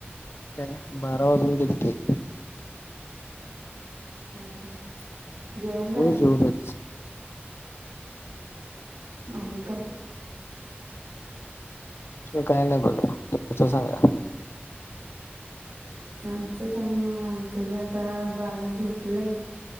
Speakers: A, on the left; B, on the right.
A: काय बारा वाजून कितीके
B: अ ह जेवण जाय
A: रोज
B: क
A: रोजच
B: आणि काय
A: काही नाही बघ सांगा
B: आमचं काही नाही आमचं बी आता बाळ झोपलंय